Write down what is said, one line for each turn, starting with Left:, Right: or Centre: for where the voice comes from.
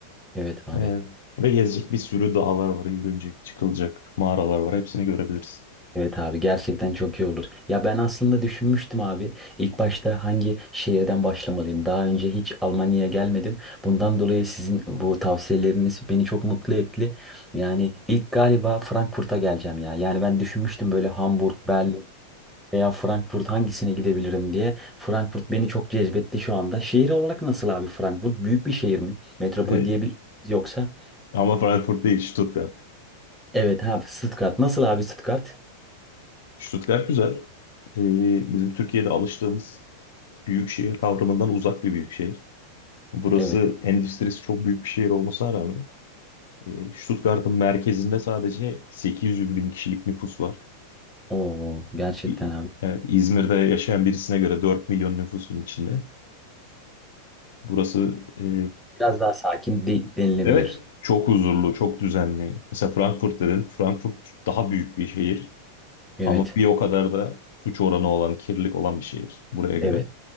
Centre: Evet abi.
Left: Evet. Ve gezecek bir sürü dağlar var, yürünecek, çıkılacak mağaralar var. Hepsini görebiliriz. <laughs>
Centre: Evet abi gerçekten çok iyi olur. Ya ben aslında düşünmüştüm abi. İlk başta hangi şehirden başlamalıyım? Daha önce hiç Almanya'ya gelmedim. Bundan dolayı sizin bu tavsiyeleriniz beni çok mutlu etti. Yani ilk galiba Frankfurt'a geleceğim ya. Yani ben düşünmüştüm böyle Hamburg, Berlin veya Frankfurt hangisine gidebilirim diye. Frankfurt beni çok cezbetti şu anda. Şehir olarak nasıl abi Frankfurt? Büyük bir şehir mi? Metropol
Left: Ee,
Centre: diyebilir miyiz yoksa?
Left: Ama Frankfurt değil, Stuttgart.
Centre: Evet abi Stuttgart. Nasıl abi Stuttgart?
Left: Stuttgart güzel. Ee, bizim Türkiye'de alıştığımız büyük şehir kavramından uzak bir büyük şehir. Burası
Centre: Evet.
Left: endüstrisi çok büyük bir şehir olmasına rağmen e, Stuttgart'ın merkezinde sadece 800 bin kişilik nüfus var.
Centre: Oo gerçekten
Left: İ-
Centre: abi.
Left: Evet, İzmir'de yaşayan birisine göre 4 milyon nüfusun içinde. Burası e,
Centre: Biraz daha sakin de- denilebilir.
Left: Evet, çok huzurlu, çok düzenli. Mesela Frankfurt dedin. Frankfurt daha büyük bir şehir
Centre: Evet,
Left: ama bir o kadar da suç oranı olan, kirlilik olan bir şehir buraya göre.
Centre: evet